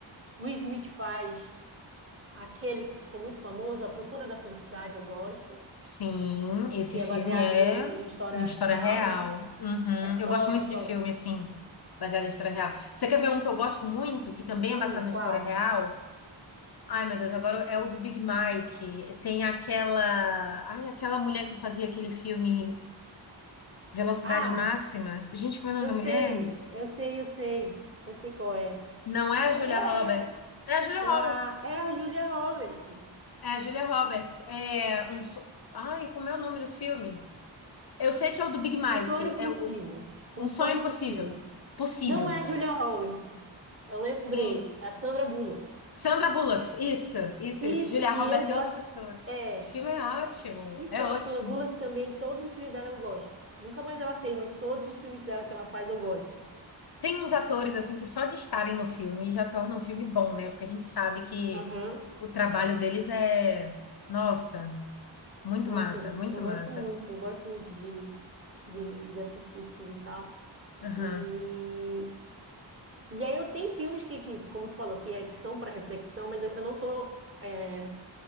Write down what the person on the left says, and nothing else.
<laughs> sim, esse
filme
é
uma história
real.
Uhum.
Eu gosto muito
de filme, assim, baseado em história real. Você quer ver um que eu gosto muito, que também
é baseado na
história real? Ai, meu Deus, agora é o do Big Mike. Tem aquela, ai, aquela mulher que fazia aquele filme Velocidade
máxima. Gente, como é o
nome da
mulher?
Não é
a Julia
Roberts.
É a Julia
Roberts.
É a Julia Roberts. É um so... Ai, como é o nome do filme? Eu sei que é o do Big Mike.
É o...
Um Sonho
Impossível.
Possível.
Quem?
Sandra Bullock. Isso, isso,
isso. Julia
Roberts
é outra pessoa.
Esse filme é ótimo.
É ótimo.
Tem uns atores, assim, que só de estarem no filme já tornam um filme bom, né? Porque a gente sabe que
o trabalho deles é... Nossa, Muito
massa,
muito
massa.
Aham,